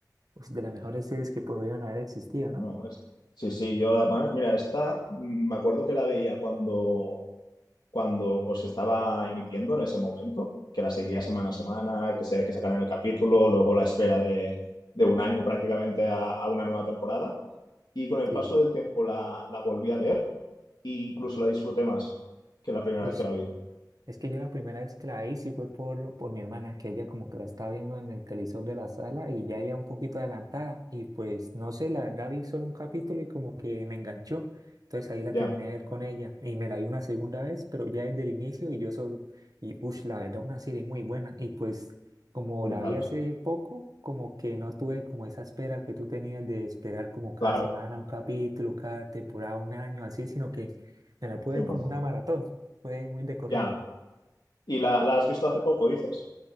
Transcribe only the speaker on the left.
Bueno,
es- sí, sí, yo además, mira, esta mm, me acuerdo que la veía cuando, cuando se estaba emitiendo en ese momento, que la seguía semana a semana, que, se, que sacaran el capítulo, luego la espera de, de un año prácticamente a, a una nueva temporada. Y con el
paso del tiempo la, la volví a ver e incluso la disfruté más que la primera
vez que la vi.
Ya,
brutal.
Claro,
100%.
Ya. ¿Y la, la has visto hace poco, dices?